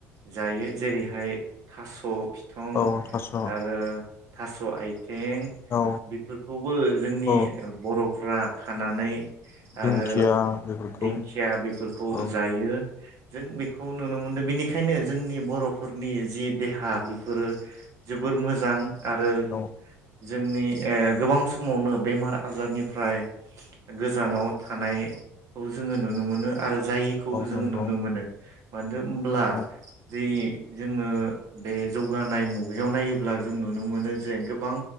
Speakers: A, on the right; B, on the left.
A: जायो जेरैहाय थास' बिथं
B: औ थास'
A: आरो थास' आइथिं
B: औ
A: बेफोरखौबो जोंनि
B: औ
A: बर' फ्रा खानानै
B: दिंखिया
A: आरो
B: बेफोरखौ
A: दिंखिया बेफोरखौ
B: औ
A: जायो जों बेखौ नुनो मोनदों बेनिखायनो जोंनि बर'फोरनि जि देहा बेफोरो जोबोर मोजां आरो
B: औ
A: जोंनि ए गोबां समावनो बेमार आजारनिफ्राय गोजानाव थानायखौ जोङो नुनो मोनो आरो जायिखौ
B: औ
A: जोङो
B: नंगौ
A: नुनो मानो होनब्ला
B: नंगौ
A: बेै जोङो बे जौगानाय मुगायाव नायोब्ला जों नुनो मोनो जे गोबां